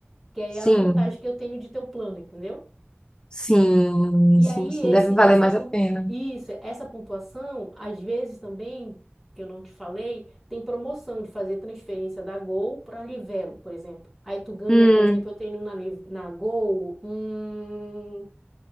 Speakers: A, in the centre; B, on the left.
A: que aí
B: Sim,
A: é a vantagem que eu tenho de ter o plano, entendeu?
B: sim,
A: E
B: sim,
A: aí,
B: sim.
A: esse,
B: Deve valer
A: essa,
B: mais
A: pon-
B: a pena.
A: isso, essa pontuação, às vezes também, que eu não te falei, tem promoção de fazer transferência da Gol para Livelo, por exemplo. Aí tu ganha,
B: Hum,
A: por exemplo, eu tenho na, Liv- na Gol hum,